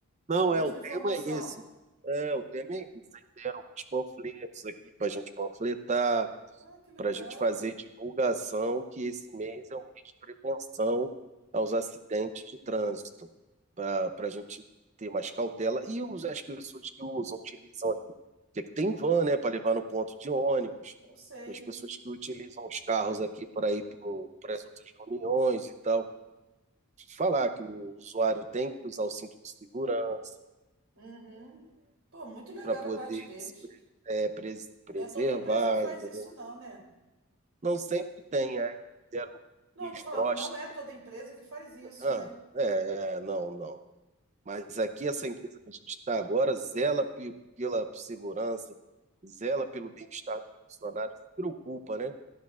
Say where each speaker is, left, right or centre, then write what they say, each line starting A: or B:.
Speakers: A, on the right; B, on the right.
A: Não,
B: a mesma
A: é, o
B: informação.
A: tema é esse. É, o tema é esse. Aí deram uns panfletos aqui para a gente panfletar,
B: Ah, que legal.
A: para a gente fazer divulgação que esse mês é o mês de prevenção aos acidentes de trânsito, para a gente ter mais cautela. E os, as pessoas que usam, utilizam aqui, que tem van, né, para levar no ponto de ônibus,
B: Eu sei.
A: as pessoas que utilizam os carros aqui para ir para as outras reuniões e tal, falar que o usuário tem que usar o cinto de segurança
B: Uhum. Pô, muito legal
A: para poder
B: da parte deles.
A: se pre, é, pres, preservar,
B: Não é toda empresa que faz
A: entendeu?
B: isso, não, né?
A: Não sempre tem, aí deram
B: Não,
A: uns
B: eu tô falando,
A: broches.
B: não é toda empresa que faz isso,
A: Ah,
B: né?
A: é, é, não, não. Mas aqui essa empresa que a gente está agora zela pe- pela segurança, zela pelo bem-estar dos funcionários se preocupa, né?